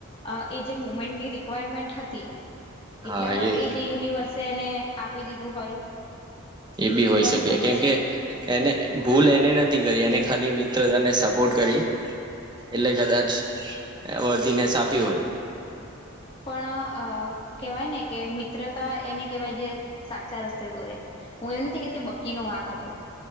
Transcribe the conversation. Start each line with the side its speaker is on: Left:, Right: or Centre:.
Left: અ એ જે મુવમેન્ટની રિક્વાયરમેન્ટ હતી,
Right: હા
Left: એટલા માટે
Right: એ
Left: જે યુનિવર્સ તેને આપી દીધું હોય
Right: એ બી હોય
Left: પણ
Right: શકે
Left: તો પછી
Right: કેમ કે એને ભૂલ એને નથી કરી એને ખાલી મિત ત્ર અને સપોર્ટ કરી એટલે કદાચ વર્ધીનેસ આપી હોય.
Left: પણ અ કેહેવાય ને કે મિત્રતા એને કહેવાય જે સાચા રસ્તે દોરે, હું એવું નથી કેતી બકીનો વાંક હતો